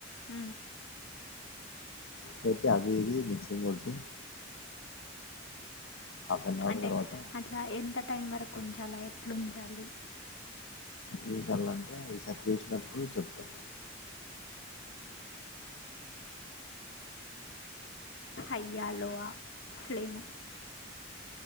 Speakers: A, on the left (about 65°); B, on the left (about 85°).
A: అ
B: పెట్టి అదిది మిక్సంగ్ పట్టి అన్ అవర్
A: అంటే
B: తర్వాత
A: అట్లా ఎంత టైం వరకు కొంచెం అల ఎట్లుంచాలి
B: ఏం చల్లంటే అవి సత చేసినప్పుడు చెప్తాం
A: హైయా లో ఫ్లేమ్